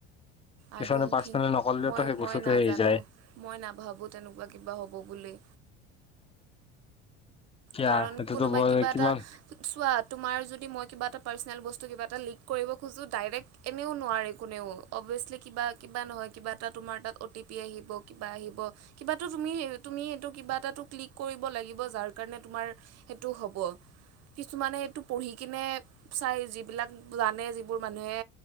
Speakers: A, on the left; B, on the right.
A: কিছুমানে
B: আই ড'ণ্ট
A: পাৰ্চনেলি
B: থিংক
A: নকলেওঁটো
B: মই
A: সেই বস্তুটো
B: মই নাজানো
A: ফেলি যায়।
B: মই নাভাবোঁ, তেনেকুৱা কিবা হ'ব বুলি।
A: কিয়া
B: কাৰণ
A: সেইটোতো
B: কোনোবা
A: বৰ
B: কিবা
A: কিমান
B: এটা চোৱাত তোমাৰ যদি মই কিবা এটা পাৰ্চনেল বস্তু, কিবা এটা লিক কৰিব খোজোঁ, ডাইৰেক্ট এনেও নোৱাৰে কোনেও অভিয়াচ কিবা কিবা নহয়, কিবা এটা তোমাৰ তাত অ' টি পি আহিব কিবা আহিব কিবাটো তুমি, তুমি এইটো কিবা এটা ক্লিক কৰিব লাগিব যাৰ কাৰণে তোমাৰ সেইটো হ'ব। কিছুমানে এইটো পঢ়ি কিনে চাই, যিবিলাক জানে যিবোৰ মানুহে